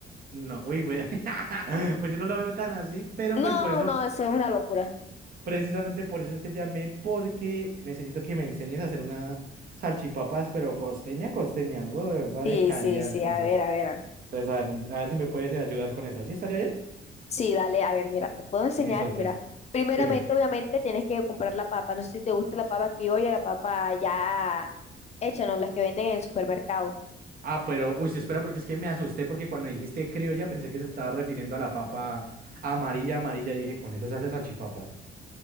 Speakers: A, on the right; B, on the left.
A: No, uy, pues, <laughs> pues yo no lo veo tan así, pero
B: No,
A: pues por eso...
B: no, eso es una locura.
A: Precisamente por eso te llamé, porque necesito que me enseñes a hacer una salchipapas, pero costeña, costeña, algo de verdad
B: Sí,
A: de calidad.
B: sí, sí,
A: Entonces,
B: a ver, a ver. a ver.
A: entonces a ver, a ver si me puedes eh, ayudar con eso. ¿Sí estaría bien?
B: Sí, dale, a ver, mira, te puedo enseñar,
A: Listo, entonces.
B: mira. Primeramente,
A: Dime.
B: obviamente, tienes que comprar la papa. No sé si te gusta la papa criolla, la papa ya hecha, ¿no? Las que venden en el supermercado.
A: Ah, pero, uy, sí, espera, porque es que me asusté, porque cuando dijiste criolla pensé que se estaba refiriendo a la papa amarilla, amarilla. Y dije, con eso se hace salchipapas.